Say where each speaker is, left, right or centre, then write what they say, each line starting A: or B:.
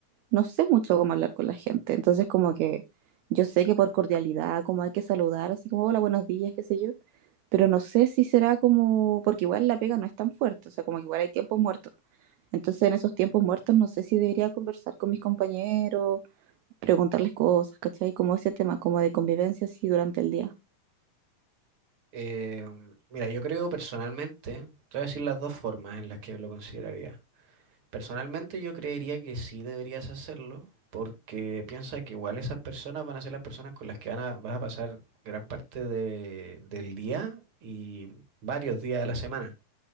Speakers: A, on the right (about 75°); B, on the right (about 45°).
A: no sé mucho cómo hablar con la gente, entonces como que yo sé que por cordialidad, como hay que saludar, así como hola, buenos días, qué sé yo, pero no sé si será como, porque igual la pega no es tan fuerte, o sea, como que igual hay tiempos muertos. Entonces en esos tiempos muertos no sé si debería conversar con mis compañeros, preguntarles cosas, ¿cachai? Como ese tema, como de convivencia así durante el día.
B: Eh, mira, yo creo personalmente, te voy a decir las dos formas en las que lo consideraría. Personalmente yo creería que sí deberías hacerlo, porque piensa que igual esas personas van a ser las personas con las que van a- vas a pasar gran parte de- del día y varios días de la semana.